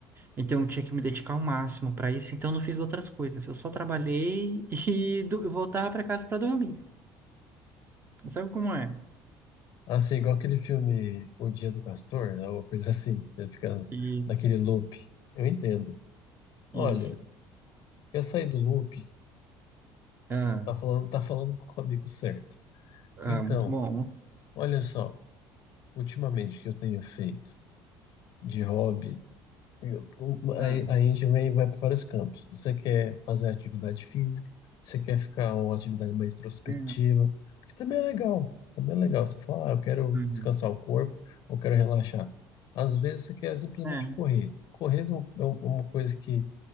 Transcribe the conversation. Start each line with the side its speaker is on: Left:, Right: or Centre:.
Right: Então eu tinha que me dedicar ao máximo para isso, então eu não fiz outras coisas. Eu só trabalhei <laughs> e do- voltava para casa para dormir. Sabe como é?
Left: Assim, igual aquele filme O Dia do Castor, né, uma coisa assim, que ele fica
Right: E
Left: naquele loop. Eu entendo. Olha,
Right: isso.
Left: quer sair do loop?
Right: Ah,
Left: Tá falando, tá falando com o amigo certo.
Right: ah,
Left: Então,
Right: muito bom.
Left: olha só. ultimamente que eu tenho feito de hobby, eu- o- a,
Right: Ah,
Left: a gente vem, vai para vários campos. Você quer fazer atividade física, você quer ficar uma atividade mais introspectiva,
Right: é,
Left: que também é legal. Também é legal. Você fala, ah, eu quero
Right: uhum.
Left: descansar o corpo, ou quero relaxar. Às vezes você quer simplesmente
Right: É,
Left: correr. Correr é uma é um, é uma coisa que